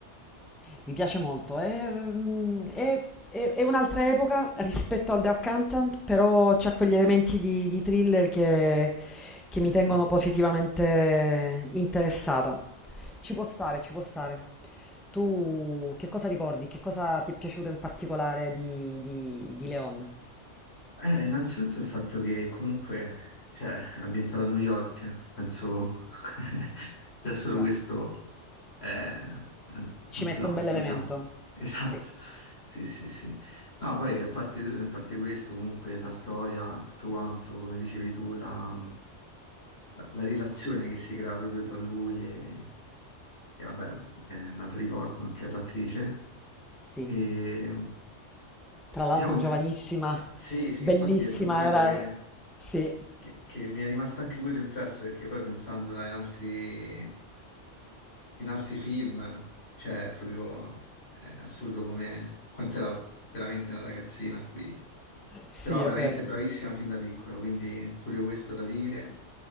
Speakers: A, in the centre; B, on the left.
A: mi piace molto. È, mm, è- è- è un'altra epoca rispetto al The Accountant, però c'ha quegli elementi di, di thriller che, che
B: Sì,
A: mi
B: sì.
A: tengono positivamente interessata. Ci può stare, ci può stare. Tu che cosa ricordi? Che cosa ti è piaciuto in particolare di, di, di Leon?
B: Eh, innanzitutto il fatto che comunque, cioè, è ambientato a New York, penso <laughs> già solo
A: Già.
B: questo è, è
A: Ci
B: un
A: mette
B: plus,
A: un bell'elemento.
B: diciamo. <laughs> Esatto,
A: Sì,
B: sì, sì, sì. No, poi a parte, a parte questo, comunque la storia, tutto quanto, come dicevi tu, la, la- la relazione che si crea proprio tra lui e, e vabbè, eh, Natalie Portman, che è l'attrice,
A: sì.
B: e...
A: Tra l'altro
B: Diciamo,
A: giovanissima,
B: eh, sì, sì,
A: bellissima,
B: infatti è proprio quello
A: era...
B: che,
A: Sì,
B: che- che mi è rimasto anche quello impresso, perché poi pensandola in altri, in altri film, cioè, è proprio è assurdo come quanto era veramente una ragazzina qui.
A: sì,
B: Però
A: è
B: veramente
A: vero,
B: bravissima fin da piccola, quindi pure questo da dire,